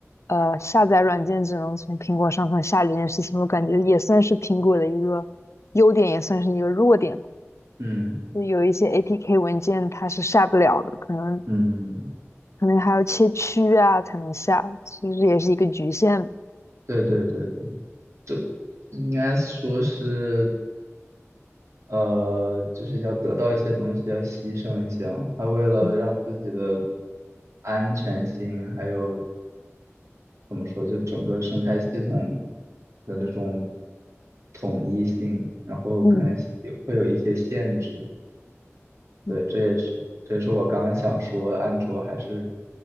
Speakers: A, on the left (about 70°); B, on the right (about 70°).
A: 呃，下载软件只能从苹果上头下这件事情，我感觉也算是苹果的一个优点，也算是一个弱点吧。
B: 嗯。
A: 就有一些 APK 文件它是下不了的，可能
B: 嗯，
A: 可能还要切区啊才能下，其实也是一个局限。
B: 对对对对，就应该说是，呃，就是要得到一些东西，要牺牲一些嘛。他为了让自己的
A: 嗯
B: 安全性，还有怎么说，就整个生态系统的那种统一性，然后可能会有一些限制。
A: 嗯
B: 对，
A: 嗯
B: 这也是这也是我刚刚想说，安卓还是